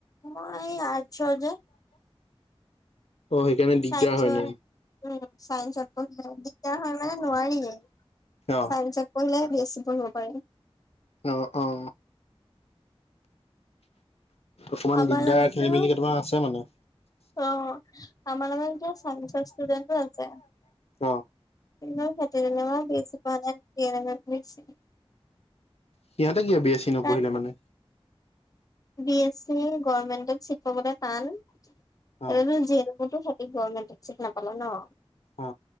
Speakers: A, on the left; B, on the left.
A: মোৰ এই আৰ্টছৰ যে।
B: অ সেইকাৰণে। দিগদাৰ
A: চাইঞ্চৰ,
B: হয় ন
A: উম চাইঞ্চত নপঢ়িলে দিগদাৰ হয় মানে নোৱাৰিয়ে।
B: অ
A: চাইঞ্চত পঢ়িলেহে বি এ চি পঢ়িব পাৰি।
B: অ, অ। অকমান
A: আমাৰ
B: দিগদাৰ
A: লগতো
B: খেলি মেলি কেইটামান আছে মানে।
A: অ আমাৰ লগত এতিয়া চাইঞ্চৰ ষ্টুডেন্টও আছে।
B: অ
A: সেইটো যেনেবা বি এছ চি পঢ়া নাই জি এন এম পঢ়িছে।
B: সিহতে কিয়া বি এ চি নপঢ়িলে
A: কাৰণ
B: মানে?
A: বি এ চি গৰ্মেন্টত চিত পাবলৈ টান, সেইটো
B: অ
A: জি এন এমটো ই গৰমেন্টত চিত নাপালে ন?
B: অ।